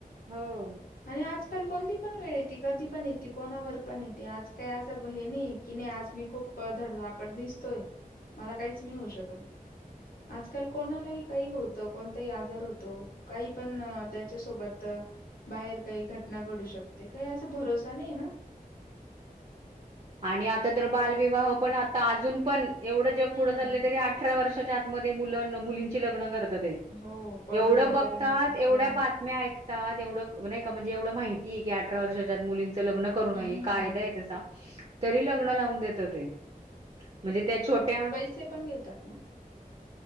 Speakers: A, on the right; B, on the left.
A: हो
B: आणि आजकाल कोणती पण वेळ येते. कधी पण येते. कोणावर पण येते. आज काही असं हे नाही की नाही आज मी खूप धडधाकट दिसतोय मला काहीच नाही होऊ शकत. आजकाल कोणालाही काही होतं. कोणताही आजार होतो. काही पण त्याच्यासोबत बाहेर काही घटना घडू शकते. काही असा भरोसा नाही ना.
A: आणि आता तर बालविवाह पण आता अजून पण एवढं जग
B: हम्म
A: पुढं चाललं तरी अठरा वर्षाच्या आतमध्ये मु मुलींची लग्न ते
B: हो पळून
A: एवढं
B: वगैरे
A: बघतात
B: नेतात
A: एवढ्या
B: हो
A: बातम्या ऐकात आ तेवढं नाही का म्हणजे एवढं माहितीय आहे की अठरा वर्षाच्यात मुलींचं लग्न करू नये
B: हम्म
A: कायदा आहे तसा. तरी लग्न लावून देत ते. म्हणजे त्या छोट्या
B: चे पण घेतात.